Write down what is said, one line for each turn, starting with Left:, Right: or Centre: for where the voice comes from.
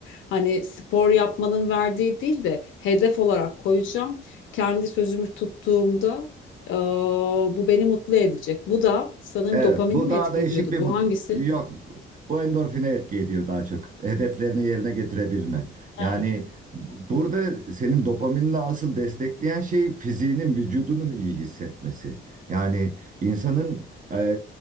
Left: Hani spor yapmanın verdiği değil de hedef olarak koyacağım kendi sözümü tuttuğumda e, bu beni mutlu edecek. Bu da sanırım
Right: Evet,
Left: dopamini
Right: bu
Left: mi
Right: daha
Left: etki
Right: değişik
Left: ediyordu?
Right: bir
Left: Bu
Right: mut-
Left: hangisi?
Right: yok. Bu endorfine etki ediyor daha çok. Hedeflerini yerine getirebilme.
Left: Evet.
Right: Yani bu- burada senin dopaminle asıl destekleyen şey fiziğinin, vücudunun iyi hissetmesi. Yani insanın e,